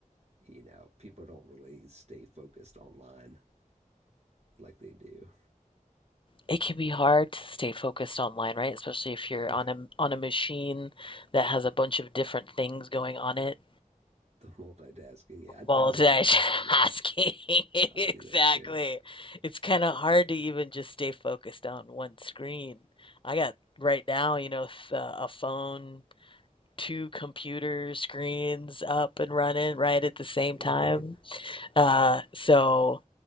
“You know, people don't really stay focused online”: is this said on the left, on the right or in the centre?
Right